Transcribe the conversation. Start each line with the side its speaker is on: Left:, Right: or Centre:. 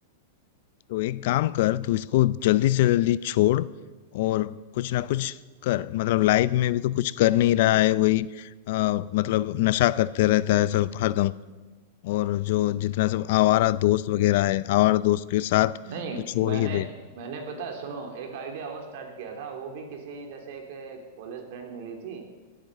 Left: तो एक काम कर तू इसको जल्दी से जल्दी छोड़ और कुछ ना कुछ कर मतलब लाइफ में भी तो कुछ कर नहीं रहा है वही अ, मतलब नशा करते रहता है सब हरदम और जो जितना सब आवारा दोस्त वगैरह है आवारा दोस्त के साथ
Right: नहीं
Left: तो छोड़
Right: मैंने
Left: ही दे
Right: मैंने पता है, सुनो एक आइडिया और स्टार्ट किया था वो भी किसी जैसे एक कॉलेज फ्रेंड मिली थी